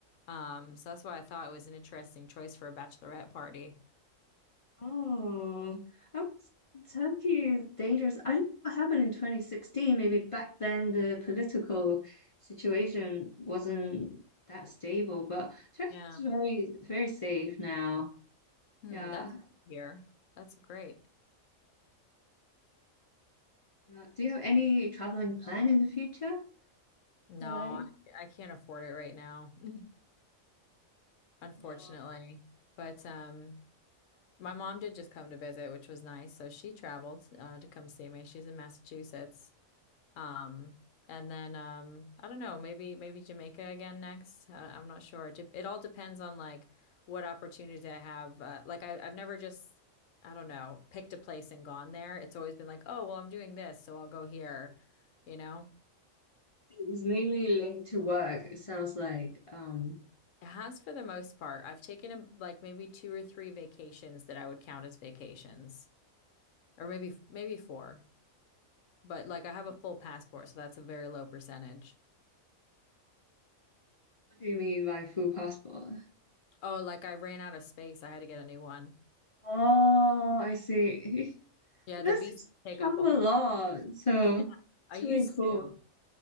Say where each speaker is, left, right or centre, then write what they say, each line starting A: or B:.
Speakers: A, on the left; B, on the left.
A: Um, so that's why I thought it was an interesting choice for a bachelorette party.
B: Oh, I was Tokyo is dangerous. I don't know what happened in 2016. Maybe back then the political situation wasn't that stable, but Turkey
A: Yeah.
B: is very, very safe now.
A: Hmm,
B: Yeah.
A: that's here. That's great.
B: Yeah. Do you have any traveling plan in the future?
A: No,
B: Or like,
A: I, I can't afford it right now, <laughs> unfortunately.
B: uh,
A: But um, my mom did just come to visit, which was nice. So she traveled uh, to come see me. She's in Massachusetts. Um, and then um, I don't know, maybe maybe Jamaica again next. I, I'm not sure. It, it all depends on like what opportunity I have. Uh, like I, I've never just I don't know picked a place and gone there. It's always been like, oh well, I'm doing this, so I'll go here. You know,
B: it's mainly linked to work, it sounds like. Um,
A: it has for the most part. I've taken a, like maybe two or three vacations that I would count as vacations, or maybe maybe four. But like I have a full passport, so that's a very low percentage.
B: what do you mean by full passport?
A: Oh, like I ran out of space. I had to get a new one.
B: Oh, I see. <laughs>
A: Yeah,
B: This
A: the VC take
B: travel
A: up a whole.
B: a lot, so
A: <laughs>
B: it's
A: I used
B: really cool.
A: to.